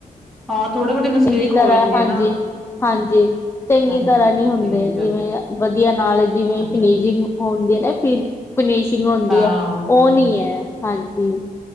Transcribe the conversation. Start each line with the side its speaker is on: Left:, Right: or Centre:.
Centre: ਹਾਂ ਥੋੜੇ ਬਹੁਤੇ ਮਿਸਟੇਕ
Left: ਚੰਗੀ
Centre: ਹੋ
Left: ਤਰ੍ਹਾਂ,
Centre: ਜਾਂਦੀ
Left: ਹਾਂਜੀ-
Centre: ਹੈ ਨਾ
Left: ਹਾਂਜੀ ਚੰਗੀ
Centre: ਹਾਂਜੀ
Left: ਤਰ੍ਹਾਂ, ਨਹੀਂ
Centre: ਠੀਕ
Left: ਹੁੰਦੇ ਜਿਵੇਂ
Centre: ਹੈ
Left: ਵਧੀਆ ਨਾਲ ਜਿਵੇਂ,
Centre: ਅੱਛਾ
Left: ਫਿਨਿਜਿੰਗ ਹੁੰਦੀ ਨਾ ਫ ਫਨੀਸ਼ਿੰਗ ਹੁੰਦੀ
Centre: ਹਾਂ
Left: ਹੈ, ਉਹ ਨੀ ਹੈ ਹਾਂਜੀ